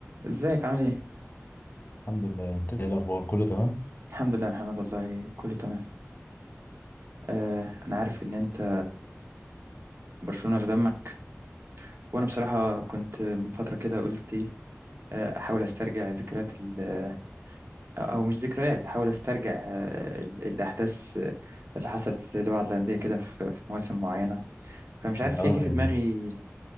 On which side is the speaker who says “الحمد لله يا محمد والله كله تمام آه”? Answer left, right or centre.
Right